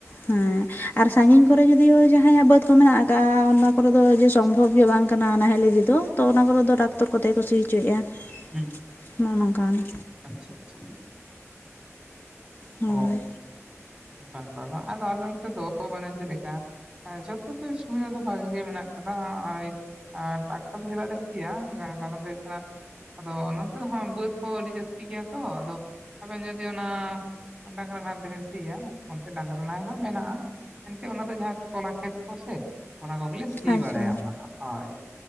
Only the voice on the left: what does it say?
ᱦᱮᱸ ᱟᱨ ᱥᱟᱜᱤᱧ ᱠᱚᱨᱮ ᱡᱩᱫᱤ ᱡᱟᱦᱟᱸᱭᱟᱜ ᱵᱟᱹᱫ ᱠᱚ ᱢᱮᱱᱟᱜ ᱟᱠᱟᱫ ᱚᱱᱟ ᱠᱚᱨᱮ ᱫᱚ ᱡᱮ ᱥᱚᱢᱵᱷᱚᱵ ᱜᱮ ᱵᱟᱝ ᱠᱟᱱᱟ ᱱᱟᱦᱮᱞ ᱤᱫᱚ ᱛᱚ ᱚᱱᱟ ᱠᱚᱨᱮᱫᱚ ᱴᱟᱠᱴᱚᱨ ᱠᱚᱛᱮᱜᱮ ᱥᱤ ᱚᱪᱚᱭᱮᱫᱼᱟ ᱾
ᱱᱚᱜᱚᱭ ᱱᱚᱝᱠᱟᱱ ᱾
ᱦᱳᱭ
ᱟᱪᱪᱷᱟ